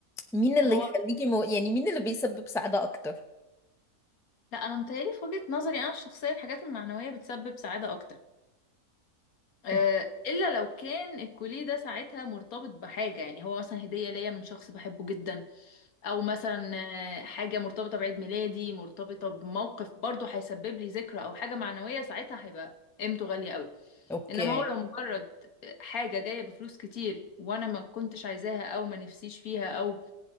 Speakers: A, in the centre; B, on the left.
A: مين اللي
B: هو
A: يخليكي مو... يعني مين اللي بيسبب سعادة أكتر؟
B: لا انا متهيألي في وجهة نظري انا الشخصية الحاجات المعنوية بتسبب سعادة اكتر آه،
A: أوكي
B: الا لو كان الكوليه ده ساعتها مرتبط بحاجه يعني هو مثلا هديه ليا من شخص بحبه جدا او مثلا آه، حاجه مرتبطه بعيد ميلادي مرتبطه بموقف برضه هيسبب لي ذكرى او حاجه معنويه ساعتها هيبقى قيمته غاليه قوي
A: أوكي
B: انما هو لو مجرد آه، حاجه جايه بفلوس كتير وانا ما كنتش عايزاها او ما نفسيش فيها او